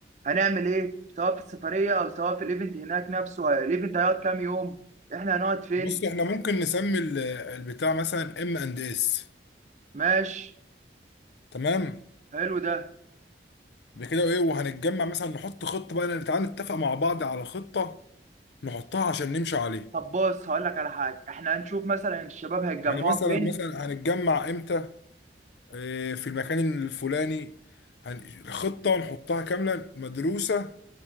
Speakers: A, on the right (about 40°); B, on the left (about 75°).
A: هنعمل ايه سواء في السفريه او سواء في الايفنت هناك نفسه الايفنت هيقعد كام يوم احنا هنقعد فين
B: بص احنا ممكن نسمي ال- البتاع مثلا ام اند اس
A: ماشي
B: تمام
A: حلو ده
B: بكده ايه وهنتجمع مثلا نحط خطة بقى تعالى نتفق مع بعض على خطة نحطها عشان نمشي عليها
A: طب بص هقول لك على حاجه احنا هنشوف مثلا الشباب هيتجمعوا
B: يعني مثلا
A: فين
B: مثلا هنتجمع امتى آه، في المكان الفلاني هن- خطة نحطها كاملة مدروسة